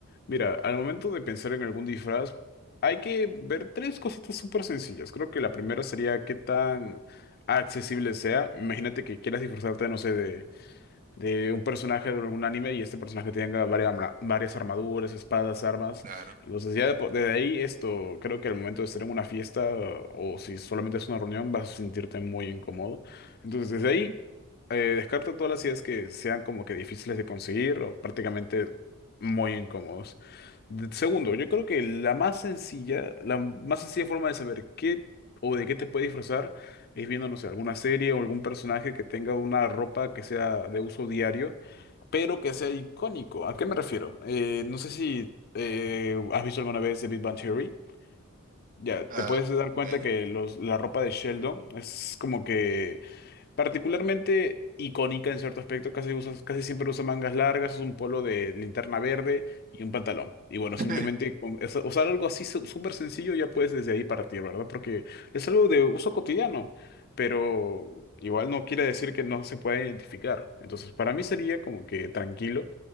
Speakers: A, on the left (about 45°); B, on the right (about 40°).
A: mira, al momento de pensar en algún disfraz, hay que ver tres cositas súper sencillas. Creo que la primera sería qué tan accesible sea. Imagínate que quieras disfrazarte, no sé, de un personaje de algún anime y este personaje tenga varias, arma- varias armaduras, espadas, armas.
B: claro.
A: Entonces ya de po- desde ahí esto, creo que al momento de estar en una fiesta o si solamente es una reunión vas a sentirte muy incómodo. Entonces desde ahí eh, descarto todas las ideas que sean como que difíciles de conseguir o prácticamente muy incómodos. De- Segundo, yo creo que la más sencilla, la más sencilla forma de saber qué o de qué te puede disfrazar es viendo, no sé, alguna serie o algún personaje que tenga una ropa que sea de uso diario, pero que sea icónico. ¿A qué me refiero? Eh, no sé si eh, has visto alguna vez The Big Bang Theory. Ya, te
B: Ah,
A: puedes dar cuenta
B: ok.
A: que los, la ropa de Sheldon es como que Particularmente icónica en cierto aspecto, casi usas, casi siempre usa mangas largas, es un polo de linterna verde y un pantalón. Y bueno,
B: <laughs>
A: simplemente con eso- usar algo así su- súper sencillo ya puedes desde ahí partir, ¿verdad? Porque es algo de uso cotidiano, pero igual no quiere decir que no se pueda identificar. Entonces, para mí sería como que tranquilo,